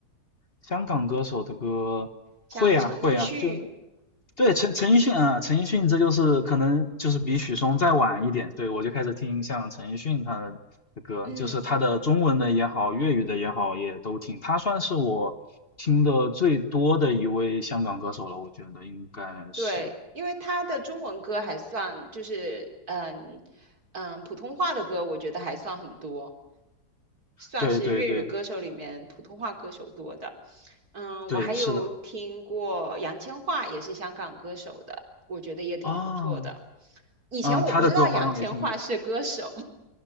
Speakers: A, on the left; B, on the right.
A: 香港歌手的歌会啊会啊，
B: 像陈奕迅，
A: 就是对陈陈奕迅啊，陈奕迅这就是可能就是比许嵩再晚一点，对我就开始听像陈奕迅他的歌，
B: 嗯。
A: 就是他的中文的也好，粤语的也好，也都听。他算是我听的最多的一位香港歌手了，我觉得应该是。
B: 对，因为他的中文歌还算就是嗯嗯普通话的歌，我觉得还算很多，算是粤语歌手里面普通话歌手多的。
A: 对对对
B: 嗯，
A: 对，
B: 我还有听过杨千嬅，
A: 是的
B: 也是香港歌手的，我觉得也挺不错的。
A: 啊，
B: 以前我不知道杨千嬅是歌手，
A: 嗯，他的歌好像也听过，